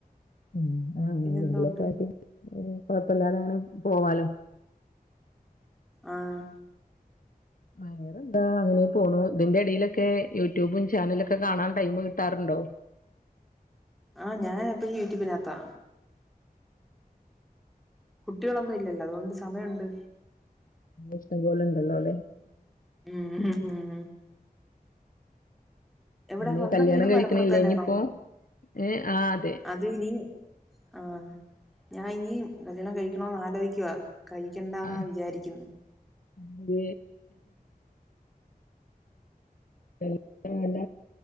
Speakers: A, on the left; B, in the centre.
A: ഉം എന്തെങ്കിലൊക്കെയൊരു-
B: പിന്നെന്തോണ്ട്
A: ഒരു കൊഴപ്പമില്ലാതെ അങ്ങനെ പോവാലോ
B: ആഹ്
A: വയറെന്താ അങ്ങനെ ഇ പോണു ഇതിന്റെ ഇടയിലൊക്കെ യൂട്യൂബും ചാനലൊക്കെ കാണാൻ ടൈമ് കിട്ടാറുണ്ടോ
B: ആഹ് ഞാനെപ്പോഴും യൂട്യൂബിനകത്താ കുട്ടികളൊന്നും ഇല്ലല്ലോ അതുകൊണ്ട് സമയുണ്ട്
A: ഇഷ്ടം പോലെ ഉണ്ടല്ലോ അല്ലേ
B: ഉം ഉം ഉം എവിടെ
A: പിന്നെ
B: സ്വന്തം
A: കല്യാണം
B: വീട്
A: കഴിക്കണില്ലേ
B: മലപ്പുറത്തെന്നയാണോ
A: ഇനിയിപ്പോ
B: ആഹ്
A: ഏഹ് ആഹ് അതെ
B: അത് ഇനി ആഹ് ഞാൻ ഇനിയും കല്യാണം കഴിക്കണോന്നു ആലോചിക്കുവ കഴിക്കണ്ടന്നാ
A: ആ
B: വിചാരിക്കുന്നെ
A: ഇത് വെള്ളം വേണ്ട